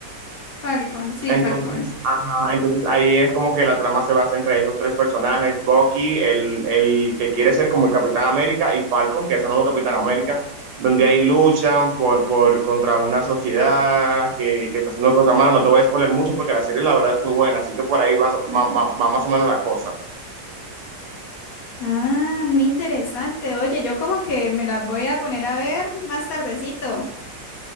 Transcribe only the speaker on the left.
Falcon, sí,
Falcon.
Ah, muy interesante. Oye, yo como que me las voy a poner a ver más tardecito.